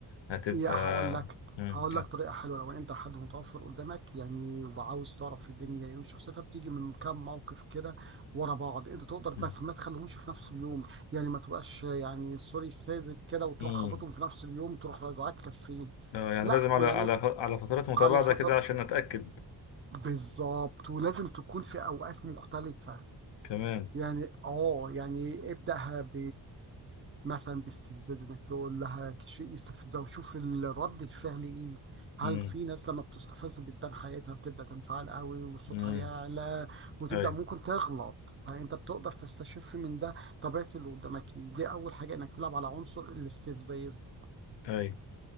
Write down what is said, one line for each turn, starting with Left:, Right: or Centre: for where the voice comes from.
Left: هتبقى
Right: يا هقول لك
Left: مم.
Right: هقول لك طريقه حلوه لو انت حد متوفر قدامك يعني وعاوز تعرف الدنيا ايه وشخصيتها بتيجي من كام موقف كده ورا بعض انت تقدر بس
Left: مم.
Right: ما تخليهمش في نفس اليوم يعني ما تبقاش يعني سوري ساذج كده وتروح
Left: مم.
Right: خبطهم في نفس اليوم تروح رازعاك كفين
Left: اه يعني
Right: لا
Left: لازم على
Right: كو- يعني
Left: على ف- على فترات متباعدة
Right: على فتر
Left: كده عشان اتأكد
Right: بالظبط ولازم تكون في اوقات مختلفه
Left: كمان
Right: يعني اه يعني ابدأها مثلا باستفزاز انك تقول لها شيء يستفزها وشوف الرد الفعل ايه هل
Left: امم
Right: في ناس لما بتستفز بتبان حياتها بتبدا تنفعل قوي وصوتها
Left: امم
Right: يعلى وتبدا
Left: اي
Right: ممكن تغلط فانت بتقدر تستشف من ده طبيعه اللي قدامك ايه دي اول حاجه انك تلعب على عنصر الاستفزاز
Left: اي